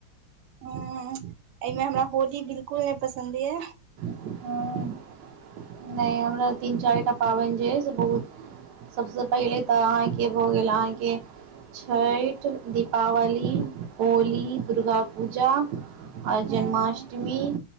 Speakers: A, on the right; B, on the right.
A: हूँ एहिमे हमरा होली बिल्कुल नै पसन्द यै
B: हं नय हमरा तीन चारिटा पाबनि जे य से बहुत सबस पहिले तऽ अहाँके भऽ गेल अहाँके छैठ दीपावली होली दुर्गापूजा अ
A: हँ
B: जन्माष्टमी